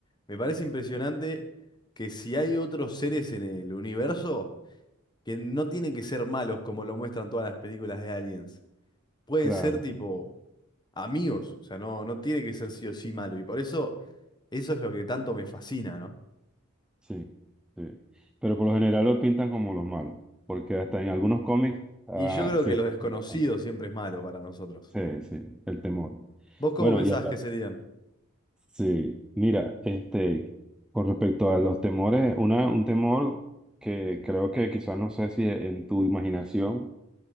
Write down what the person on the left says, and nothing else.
me parece impresionante que si hay otros seres en el universo que no tienen que ser malos como lo muestran todas las películas de aliens. Pueden
ser tipo amigos, o sea, no, no tiene que ser sí o sí malo. Y por eso eso es lo que tanto me fascina, ¿no?
Y yo creo
que los desconocidos
siempre es malo para nosotros.
¿Vos cómo
pensás
que serían?